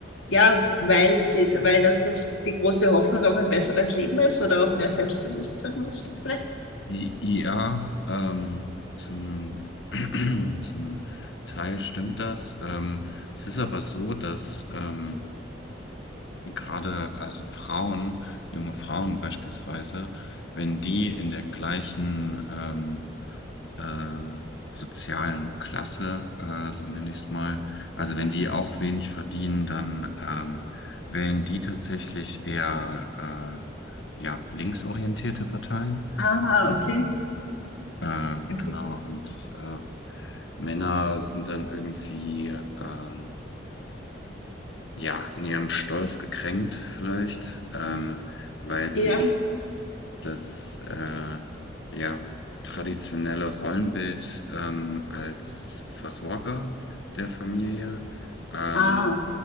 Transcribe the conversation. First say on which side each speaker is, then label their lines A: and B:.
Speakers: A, on the left (about 85°); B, on the left (about 65°).
A: Ja, weil sie, weil das, das die große Hoffnung auf ein besseres Leben ist oder auf mehr Selbstbewusstsein oder so vielleicht.
B: I- Ja, ähm, zum, <clears throat> zum Teil stimmt das. Ähm, es ist aber so, dass ähm, gerade also Frauen, junge Frauen beispielsweise, wenn die in der gleichen ähm, äh, sozialen Klasse, äh, so nenne ich es mal, also wenn die auch wenig verdienen, dann ähm, wählen die tatsächlich eher äh, ja, linksorientierte Parteien.
A: Ah,
B: Ähm,
A: okay.
B: äh,
A: Inter-
B: genau, und äh, Männer sind dann irgendwie ähm, ja in ihrem Stolz gekränkt, vielleicht, ähm, weil sie
A: Ja,
B: das äh, ja traditionelle Rollenbild ähm, als Versorger der Familie ähm,
A: Ah,